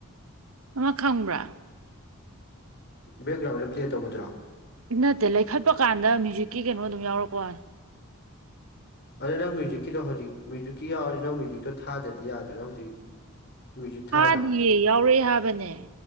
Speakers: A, on the right; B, on the left.
A: ꯑꯃ ꯈꯪꯕ꯭ꯔꯥ
B: ꯕꯦꯛꯒ꯭ꯔꯥꯎꯟꯗ ꯄ꯭ꯂꯦ ꯇꯧꯕꯒꯗ꯭ꯔꯣ
A: ꯁꯤ ꯅꯠꯇꯦ ꯂꯩꯈꯠꯄ ꯀꯥꯟꯗ ꯃ꯭ꯌꯨꯖꯤꯛꯀꯤ ꯀꯩꯅꯣ ꯑꯗꯨꯝ ꯌꯥꯎꯔꯛꯄꯣ
B: ꯑꯗꯣ ꯅꯪ ꯃ꯭ꯌꯨꯖꯤꯛꯀꯤꯗꯣ ꯍꯧꯖꯤꯛ ꯃ꯭ꯌꯨꯖꯤꯛꯀꯤ ꯌꯥꯎꯔꯁꯨ ꯅꯪ ꯃ꯭ꯌꯨꯖꯤꯛꯇꯣ ꯊꯗ꯭ꯔꯗꯤ ꯌꯥꯗ꯭ꯔꯅ ꯍꯧꯖꯤꯛ ꯃ꯭ꯌꯨꯖꯤꯛ
A: ꯍꯥꯗꯤꯌꯦ
B: ꯊꯥꯏꯔꯣ
A: ꯌꯥꯎꯔꯛꯑꯦ ꯍꯥꯕꯅꯦ